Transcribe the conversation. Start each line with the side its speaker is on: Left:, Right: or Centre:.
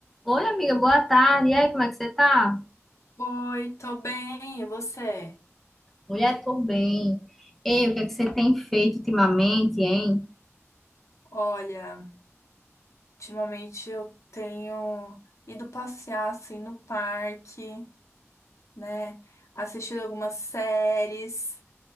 Centre: Oi, amiga, boa tarde. E aí, como é que você tá?
Left: Oi, tô bem, e você?
Centre: Mulher, tô bem. Ei, o que é que você tem feito ultimamente, hein?
Left: Olha, ultimamente eu tenho ido passear assim no parque, né? Assistido algumas séries,